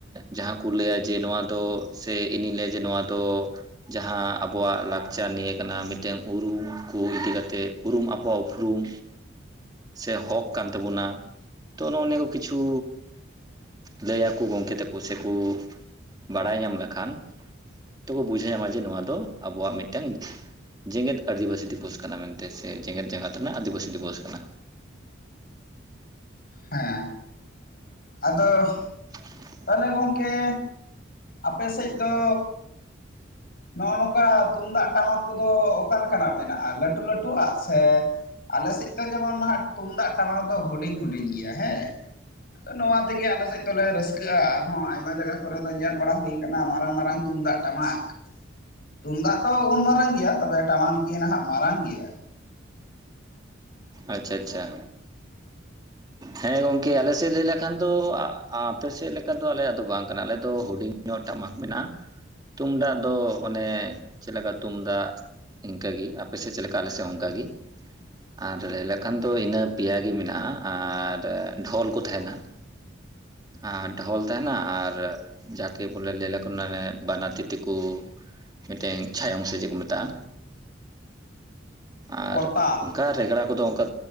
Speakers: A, on the right; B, on the left.
A: ᱡᱟᱦᱟᱸ ᱠᱚ ᱞᱟᱹᱭᱟ ᱡᱮ ᱱᱚᱣᱟ ᱫᱚ ᱥᱮ ᱤᱧᱤᱧ ᱞᱟᱹᱭᱟ ᱡᱮ ᱱᱚᱣᱟ ᱫᱚ ᱡᱟᱦᱟᱸ ᱟᱵᱚ ᱟᱵᱚᱣᱟᱜ ᱞᱟᱠᱪᱟᱨ ᱱᱤᱭᱟᱹ ᱠᱟᱱᱟ ᱢᱤᱫᱴᱮᱱ ᱩᱨᱩᱢ ᱠᱚ ᱤᱫᱤ ᱠᱟᱛᱮᱫᱩᱨᱩᱢ ᱟᱠᱵᱚᱣᱟᱜ ᱩᱯᱨᱩᱢ ᱥᱮ ᱦᱚᱠ ᱠᱟᱱ ᱛᱟᱵᱚᱱᱟ ᱛᱚ ᱱᱚᱜᱼᱚ ᱱᱤᱭᱟᱹ ᱠᱚ ᱠᱤᱪᱷᱩ ᱞᱟᱹᱭ ᱟᱠᱚ ᱜᱚᱢᱠᱮ ᱛᱟᱠᱚ ᱥᱮᱠᱚ ᱵᱟᱲᱟᱭ ᱧᱟᱢ ᱞᱮᱠᱷᱟᱱ ᱛᱚᱠᱚ ᱵᱩᱡᱷᱟᱹᱣ ᱧᱟᱢᱟ ᱡᱮ ᱱᱚᱣᱟ ᱫᱚ ᱟᱵᱚᱣᱟᱜ ᱢᱤᱫᱴᱟᱝ ᱡᱮᱜᱮᱛ ᱟᱹᱫᱤᱵᱟᱹᱥᱤ ᱫᱤᱵᱚᱥ ᱠᱟᱱᱟ ᱢᱮᱱᱛᱮ ᱥᱮ ᱡᱮᱜᱮᱛ ᱡᱟᱠᱟᱛ ᱨᱮᱱᱟᱜ ᱟᱹᱫᱤᱵᱟᱹᱥᱤ ᱫᱤᱵᱚᱥ ᱠᱟᱱᱟ
B: ᱦᱮᱸ ᱟᱫᱚ
A: <inaudible>
B: ᱛᱟᱦᱚᱞᱮ ᱜᱚᱝᱠᱮ ᱟᱯᱮ ᱥᱮᱡ ᱫᱚ ᱱᱚᱜᱼᱚ ᱱᱚᱝᱠᱟ ᱛᱩᱢᱫᱟᱜ ᱴᱟᱢᱟᱠ ᱠᱚᱫᱚ ᱚᱠᱟ ᱞᱮᱠᱟᱱᱟᱜ ᱢᱮᱱᱟᱜᱼᱟ ᱞᱟᱹᱴᱩ ᱞᱟᱹᱴᱩᱣᱟᱜ ᱥᱮ ᱟᱞᱮᱥᱮᱫ ᱫᱚ ᱡᱮᱢᱚᱱ ᱱᱟᱟᱜ ᱛᱩᱢᱫᱟᱜ ᱴᱟᱢᱟᱠ ᱫᱚ ᱦᱩᱰᱤᱧ ᱦᱩᱰᱤᱧ ᱜᱮᱭᱟ ᱦᱮᱸ ᱟᱫᱚ ᱱᱚᱣᱟ ᱛᱮᱜᱮ ᱟᱞᱮ ᱥᱮᱫ ᱫᱚᱞᱮ ᱨᱟᱹᱥᱠᱟᱹ ᱠᱟᱹᱟ ᱟᱨᱦᱚᱸ ᱟᱭᱢᱟ ᱡᱟᱭᱜᱟ ᱠᱚᱨᱮ ᱫᱚ ᱧᱮᱞ ᱵᱟᱲᱟ ᱦᱩᱭ ᱟᱠᱟᱱᱟ ᱢᱟᱨᱟᱝ ᱢᱟᱨᱟᱝ ᱛᱩᱢᱫᱟᱜ ᱴᱟᱢᱟᱠ ᱟᱠ ᱛᱩᱢᱫᱟᱜ ᱫᱚ ᱩᱱ ᱢᱟᱨᱟᱝ ᱜᱮᱭᱟ ᱛᱚᱵᱮ ᱴᱟᱢᱟᱠ ᱜᱮ ᱱᱟᱦᱟᱜ ᱢᱟᱨᱟᱝ ᱜᱮᱭᱟ
A: ᱟᱪᱪᱷᱟ ᱟᱪᱪᱷᱟ ᱦᱮᱸ ᱜᱚᱝᱠᱮ ᱟᱞᱮᱥᱮᱫ ᱞᱟᱹᱭ ᱞᱮᱠᱷᱟᱱ ᱫᱚ ᱟᱯᱮᱥᱮᱫ ᱞᱮᱠᱟ ᱫᱚ ᱟᱞᱮᱭᱟᱜ ᱫᱚ ᱵᱟᱝ ᱠᱟᱱᱟ ᱟᱞᱮ ᱫᱚ ᱦᱩᱰᱤᱧ ᱦᱩᱰᱤᱧᱧᱟᱹᱜ ᱴᱟᱢᱟᱠ ᱢᱮᱱᱟᱜᱼᱟ ᱛᱩᱢᱫᱟᱜ ᱫᱚ ᱚᱱᱮ ᱪᱮᱫ ᱞᱮᱠᱟ ᱛᱩᱢᱫᱟᱜ ᱤᱱᱠᱟᱜᱮ ᱟᱯᱮᱥᱮᱫ ᱪᱮᱫᱞᱮᱠᱟ ᱟᱞᱮᱥᱮᱫ ᱦᱚᱸ ᱟᱱᱠᱟ ᱜᱮ ᱟᱨ ᱞᱟᱹᱭ ᱞᱮᱠᱷᱟᱱ ᱫᱚ ᱤᱱᱟᱹ ᱯᱮᱭᱟ ᱜᱮ ᱢᱮᱱᱟᱜᱼᱟ ᱟᱨ ᱰᱷᱚᱞ ᱠᱚ ᱛᱟᱦᱮᱱᱟ ᱟᱨ ᱰᱷᱚᱞ ᱛᱟᱦᱮᱱᱟ ᱟᱨ ᱡᱟᱠᱮ ᱵᱚᱞᱮ ᱞᱟᱹᱭᱠᱷᱟᱱ ᱚᱱᱮ ᱵᱟᱱᱟᱨ ᱛᱤ ᱛᱮ ᱠᱚ ᱢᱤᱫᱴᱮᱱ ᱪᱷᱟᱭᱚᱝ ᱥᱮ ᱪᱮᱫ ᱠᱚ ᱢᱮᱛᱟᱜᱼᱟ ᱟᱨ
B: ᱠᱚᱨᱛᱟᱞ
A: ᱚᱝᱠᱟ ᱨᱮᱜᱽᱲᱟ ᱠᱚᱫᱚ ᱚᱝᱠᱟ